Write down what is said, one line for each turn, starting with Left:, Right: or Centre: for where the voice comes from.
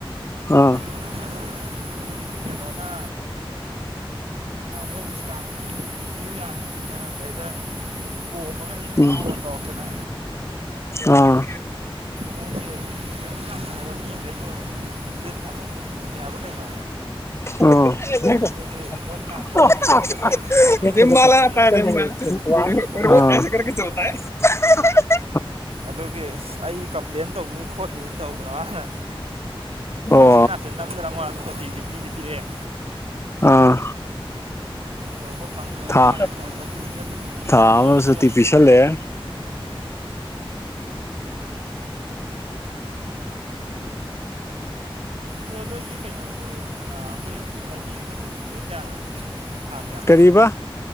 Left: ꯑꯥ
Right: ꯅꯪꯒꯤ ꯀꯩꯅꯣꯅ ꯃꯣꯏ ꯏꯁꯇꯥꯞ ꯀꯨꯇꯤ ꯄꯤꯌꯨ ꯌꯥꯗꯦ ꯍꯥꯏꯅ ꯁꯤꯗꯩꯗ ꯄꯣꯝꯃꯒ ꯑꯩꯉꯣꯟ
Left: ꯎꯝ
Right: ꯐꯣꯟ ꯇꯧꯔꯛꯇꯅ
Left: ꯑꯥ
Right: ꯃꯒꯤ ꯃꯥꯟꯅꯕ ꯃꯤꯈꯩꯗ‌ꯣ ꯂꯤꯟ ꯑꯃ ꯂꯤꯁꯤꯟꯒꯦ ꯍꯥꯏꯕ ꯀꯩꯅꯣ
Left: <inaudible>
Right: ꯑꯗꯨꯒꯤ ꯍꯣꯁꯄꯤꯇꯥꯜꯗ
Left: <unintelligible>
Right: ꯆꯠꯈꯤꯕꯒꯤ ꯃꯥꯗꯤ ꯐꯃꯦꯅ
Left: <unintelligible>
Right: ꯁꯨꯇꯤ ꯊꯣꯛꯄ ꯌꯥꯔꯣꯏꯅ ꯇꯧꯋꯦꯅ ꯑꯗꯨꯒꯤ ꯑꯩ ꯀꯝꯄ꯭ꯂꯦꯟ ꯇꯥꯏꯅꯤ ꯈꯣꯠꯅꯤ ꯇꯣꯏꯗ ꯃꯅ
Left: ꯑꯣ
Right: ꯎꯌꯥꯟ ꯅꯌꯥꯟ ꯅꯝꯗꯅ ꯆꯥꯝꯃꯉꯥ ꯁꯣꯇꯤꯁꯤ ꯄꯤꯗꯤ ꯄꯤꯔꯛꯑꯦ
Left: ꯑꯥ
Right: ꯊꯣꯔꯛꯄ ꯐꯪꯉꯔꯣꯏ
Left: ꯊꯥ
Right: ꯃꯥ ꯇꯧꯔꯛꯄ ꯄꯨꯛꯅꯤꯡꯒ
Left: ꯊꯥ
Right: ꯀꯩꯅꯣ
Left: ꯑꯃ
Right: ꯇꯧꯔꯤ
Left: ꯁꯇꯤ
Right: ꯄꯣꯠꯅꯤ
Left: ꯄꯤꯁꯜ ꯂꯩꯦ
Right: ꯀꯣ ꯅꯣꯏꯒꯤ ꯀꯩꯅꯣꯁꯦ ꯑꯩꯈꯣꯏ ꯆꯍꯤ ꯑꯃꯝꯗ ꯁꯨꯇꯤꯁꯦ ꯀꯌꯥꯦ ꯅꯣꯏ ꯊꯥ ꯀꯌꯥ
Left: ꯀꯔꯤꯕ